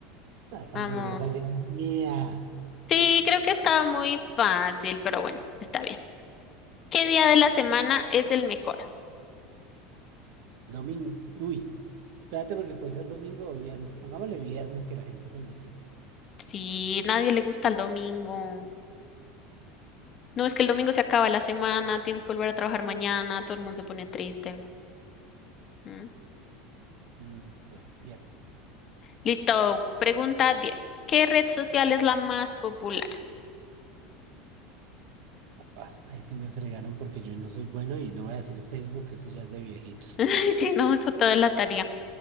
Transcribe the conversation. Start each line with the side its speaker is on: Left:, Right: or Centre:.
Right: Las
Left: Vamos.
Right: hamburguesas ya es mía.
Left: Sí, creo que estaba muy fácil, pero bueno, está bien. ¿Qué día de la semana es el mejor?
Right: Domingo. Uy, espérate porque puede ser domingo o viernes. Pongámosle viernes que la gente se enloquece.
Left: Sí, nadie le gusta el domingo. No, es que el domingo se acaba la semana, tienes que volver a trabajar mañana, todo el mundo se pone triste. ¿Mm?
Right: Mm, bueno, viernes.
Left: Listo, pregunta 10. ¿Qué red social es la más popular?
Right: Ah, ahí sí me fregaron porque yo no soy bueno y no voy a decir Facebook, que eso ya es de viejitos.
Left: <laughs> Si no, eso toda la tarea.